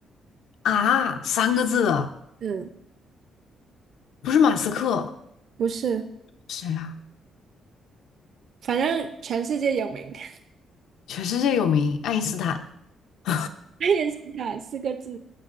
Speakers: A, on the left; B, on the right.
A: 啊，三个字的，
B: 嗯，
A: 不是马斯克，
B: 不是，
A: 谁啊？
B: 反正全世界有名，<laughs>
A: 全世界有名，爱因斯坦。<laughs>
B: 爱因斯坦四个字，